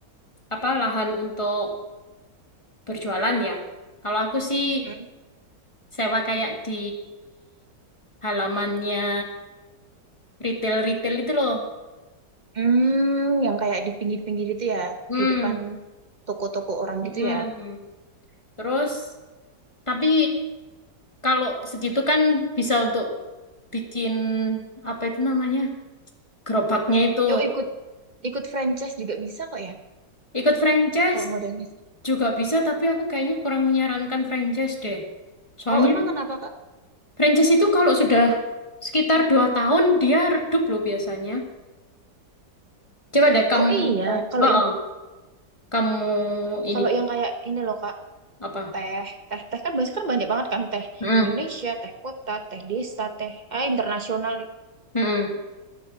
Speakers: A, on the left; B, on the right.
A: apa lahan untuk berjualan ya. Kalau aku sih
B: Kak?
A: sewa kayak di halamannya retail-retail itu loh.
B: Hmm, yang kayak di pinggir-pinggir itu ya,
A: Hmm.
B: di depan toko-toko orang
A: mm-mm.
B: gitu ya.
A: Terus, tapi kalau segitu kan bisa untuk bikin apa itu namanya? Gerobaknya itu.
B: Oh, ikut ikut franchise juga bisa kok ya,
A: Ikut franchise
B: kalau modalnya.
A: juga bisa, tapi aku kayaknya kurang menyarankan franchise deh. Soalnya
B: Oh, emang kenapa, Kak?
A: franchise itu kalau sudah sekitar dua tahun dia redup loh biasanya. Coba deh kamu,
B: Oh iya, kalau
A: Heeh.
B: yang
A: Kamu ini
B: kalau yang kayak ini loh, Kak,
A: apa?
B: teh, teh, teh kan biasanya kan banyak banget kan teh
A: Mm,
B: Indonesia, teh kota, teh desa, teh ah, internasional
A: mm-mm.